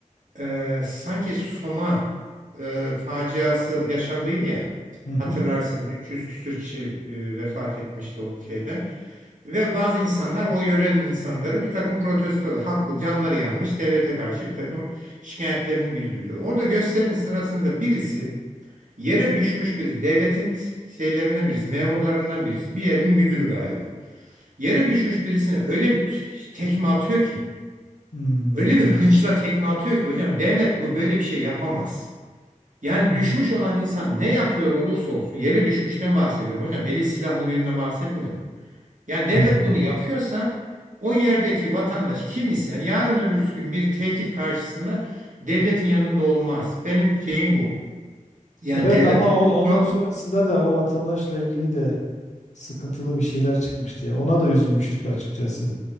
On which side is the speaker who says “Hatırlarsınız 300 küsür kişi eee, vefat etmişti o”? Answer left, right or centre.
Right